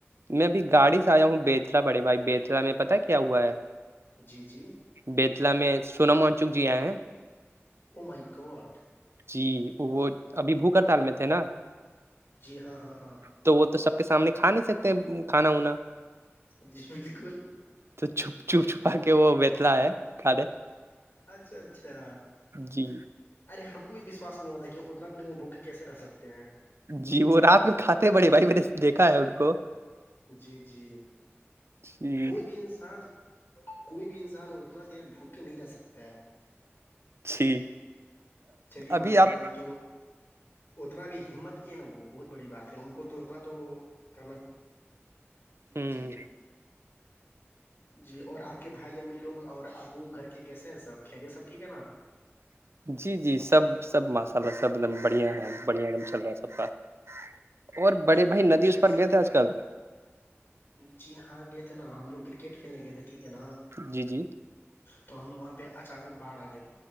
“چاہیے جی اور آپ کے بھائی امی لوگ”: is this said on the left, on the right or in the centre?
Left